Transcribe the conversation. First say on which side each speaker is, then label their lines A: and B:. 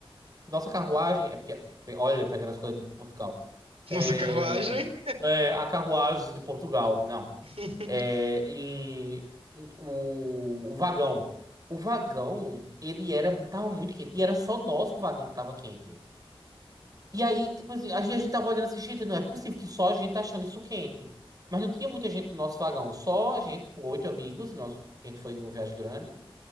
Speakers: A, on the right; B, on the right.
A: nossa carruagem, é porque, olha, pegando as coisas de Portugal.
B: nossa
A: É,
B: carruagem?
A: é a carruagem de Portugal, não.
B: <laughs>
A: é, em o, o vagão. O vagão, ele era, tava muito quente. E era só nosso vagão que tava quente. E aí, tipo, assim, a gente a gente tava olhando assim, gente, não é possível que só a gente tá achando isso quente. Mas não tinha muita gente no nosso vagão, só a gente, tipo, oito amigos, nosso, a gente foi em uma viagem grande.